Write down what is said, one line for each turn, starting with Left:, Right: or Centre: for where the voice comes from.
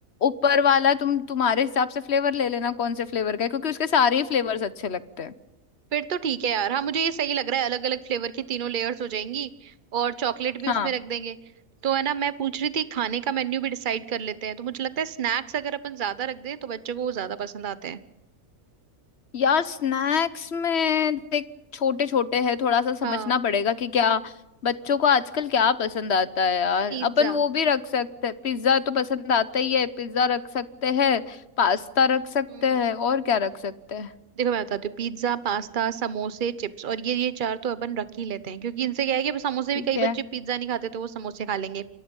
Left: ऊपर वाला तुम तुम्हारे हिसाब से फ्लेवर ले लेना कौन से फ्लेवर का है क्योंकि उसके सारे ही फ्लेवर्स अच्छे लगते हैं
Right: फिर तो ठीक है यार हाँ मुझे ये सही लग रहा है अलग अलग फ्लेवर की तीनों लेयर्स हो जाएंगी और चॉकलेट भी
Left: हाँ
Right: उसमें रख देंगे तो है ना मैं पूछ रही थी खाने का मेन्यू भी डिसाइड कर लेते हैं तो मुझे लगता है स्नैक्स अगर अपन ज्यादा रख दें तो बच्चों को वो ज्यादा पसंद आते हैं
Left: यार स्नैक्स में देख छोटे छोटे हैं थोड़ा सा समझना
Right: हाँ
Left: पड़ेगा कि क्या बच्चों को आजकल क्या पसंद आता है यार
Right: पिज्जा
Left: अपन वो भी रख सकते हैं पिज्जा तो पसंद आता ही है पिज्जा रख सकते हैं पास्ता
Right: हम्म
Left: रख सकते
Right: हम्म
Left: हैं और क्या रख सकते हैं
Right: देखो मैं बताती हूँ पिज्जा पास्ता समोसे चिप्स और ये ये चार तो अपन रख ही लेते हैं क्योंकि इनसे क्या है कि अब समोसे
Left: ठीक
Right: भी कई बच्चे
Left: है
Right: पिज्जा नहीं खाते तो वो समोसे खा लेंगे